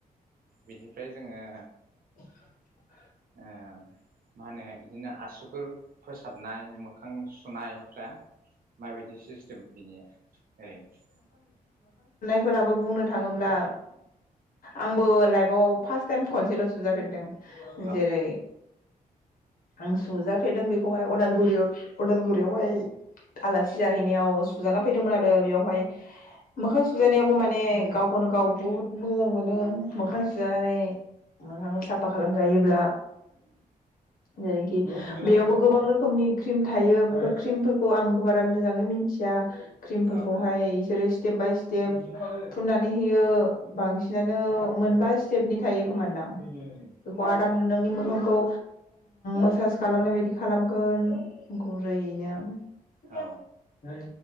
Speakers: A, on the right; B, on the left.
A: बिनिफ्राय जोङो
B: <inaudible>
A: ओ मा होनो बिदिनो आसु गुर फोसाबनाय मोखां सुनायफ्रा माबायदि सिस्टेम बिनिया ओरैनो
B: फोराबो बुंनो थाङोब्ला आंबो लाइफआव फार्स्ट टाइम खनसेल' सुजाफेरदों।
A: औ
B: जेरै आं सुजाफेरदों बेखौहाय अदालगुरियाव उदालगुरियावहाय आलासि सि जाहैनायाव सुजाना फैदोंमोन आरो बेयावहाय मोखां सुजानायावबो माने गावखौनो गाव बुहुत मोजां मोनो। मोखां सुजानानै
A: औ
B: मोखांबो साफा खालामजायोब्ला जेरैखि बेयावबो गोबां रोखोमनि क्रिम थायो बेफोर क्रिमफोरखौ आंबो बा रा मोजाङै मिथिया। क्रिमफोरखौहाय
A: औ
B: इसोरो स्टेप बाय स्टेप फुननानै होयो बांसिनानो मोनबा स्टेपनि थायो खोमानदां। बेखौ <unintelligible> आराम नोंनि मोखांखौ मोसाज खालामनाय बायदि खालामगोन गुरैयैनो। <unintelligible>
A: औ